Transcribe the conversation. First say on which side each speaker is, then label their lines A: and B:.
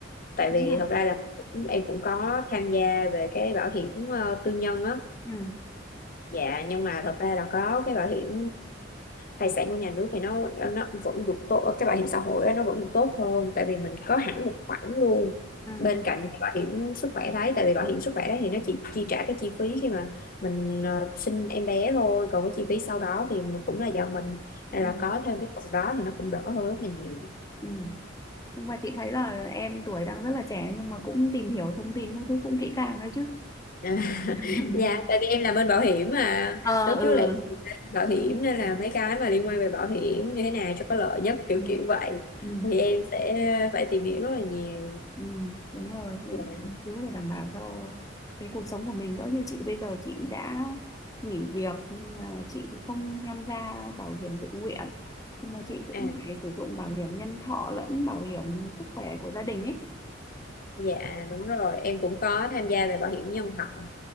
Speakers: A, on the left; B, on the left.
A: Tại
B: Đúng
A: vì
B: là
A: thật ra là cũng- em cũng có tham gia về cái bảo hiểm ờ, tư nhân á,
B: ừ.
A: Dạ nhưng mà thật ra là có cái bảo hiểm thai sản của nhà nước thì nó nó nó vẫn được tốt cái bảo hiểm xã hội á, nó vẫn được tốt hơn tại vì mình có hẳn một khoản luôn
B: Ừ.
A: bên cạnh cái bảo hiểm sức khỏe đấy tại vì bảo hiểm sức khỏe đấy thì nó chỉ chi trả cái chi phí khi mà mình ờ, sinh em bé thôi còn cái chi phí sau đó thì mình cũng là do mình Nên
B: Ừ.
A: là có thêm cái phần đó thì nó cũng đỡ hơn rất là nhiều
B: Ừ. Nhưng mà chị thấy là em tuổi đang rất là trẻ nhưng mà cũng tìm hiểu thông tin các thứ cũng kỹ càng đấy chứ.
A: À, <laughs>
B: <laughs>
A: dạ tại vì em làm bên bảo hiểm mà
B: ờ
A: lúc
B: ừ
A: trước là em làm bảo
B: đúng
A: hiểm nên là mấy cái mà liên quan về bảo hiểm như thế nào cho có lợi nhất kiểu
B: ừ,
A: kiểu vậy
B: ừ,
A: thì em sẽ phải tìm hiểu rất là nhiều
B: ừ, đúng rồi mình
A: dạ
B: mình cứ để đảm bảo cho cái cuộc sống của mình đỡ như chị bây giờ chị đã nghỉ việc nhưng mà chị thì không tham gia bảo hiểm tự nguyện nhưng mà chị cũng
A: à,
B: phải sử dụng bảo hiểm nhân thọ lẫn bảo hiểm sức khỏe của gia đình ấy
A: dạ đúng rồi em cũng có tham gia về bảo hiểm nhân thọ